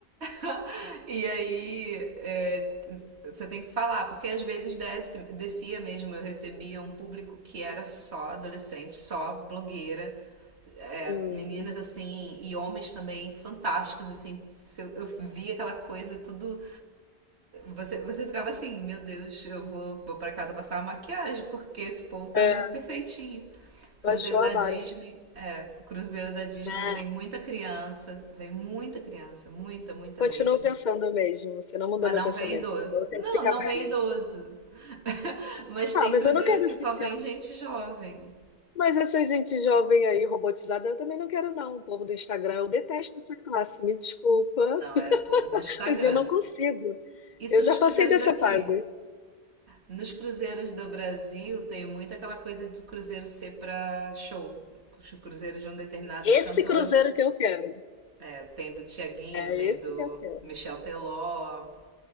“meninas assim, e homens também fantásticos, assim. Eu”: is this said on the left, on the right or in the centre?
Right